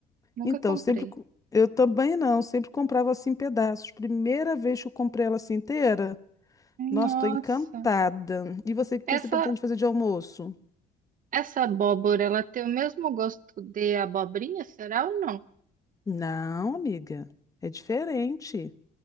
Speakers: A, on the right (about 50°); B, on the left (about 20°).
A: Nunca
B: Então,
A: comprei.
B: eu sempre co- eu também não, eu sempre comprava assim em pedaços. Primeira vez que eu comprei ela assim inteira. Nossa,
A: Nossa.
B: tô encantada. E você, o que
A: Essa
B: você pretende fazer de almoço?
A: Essa abóbora, ela tem o mesmo gosto de abobrinha, será ou não?
B: Não, amiga, é diferente.